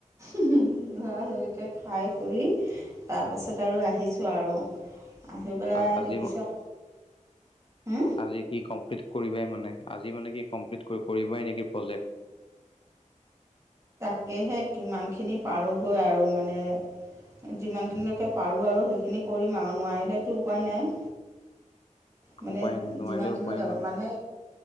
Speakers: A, on the right (about 25°); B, on the left (about 40°).
A: লৰালৈকে খাই কৰি তাৰপিছত আৰু আহিছো আৰু। আহি পেলাই
B: আ আজি
A: দেখিছো আক' হো?
B: আজি কি কমপ্লিট কৰিবাই মানে, আজি মানে কি কমপ্লিট কৰি কৰিবাই নেকি প্ৰজেক্ট?
A: তাকেহে কিমানখিনি পাৰোঁগৈ আৰু মানে যিমানখিনিলৈকে পাৰোঁ আৰু সেইখিনি কৰিম আৰু নোৱাৰিলেতো উপায় নাই। মানে
B: উপায় নাই নোৱাৰিলে
A: যিমানখিনিলৈকে
B: উপায় নাই
A: মানে,